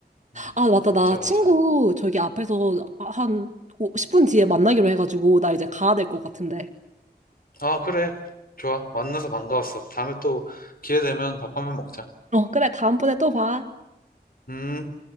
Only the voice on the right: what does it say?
아, 맞다.
나
친구 저기 앞에서 한 10분 뒤에 만나기로 해가지고, 나 이제 가야 될 것 같은데.
어, 그래. 다음번에 또 봐.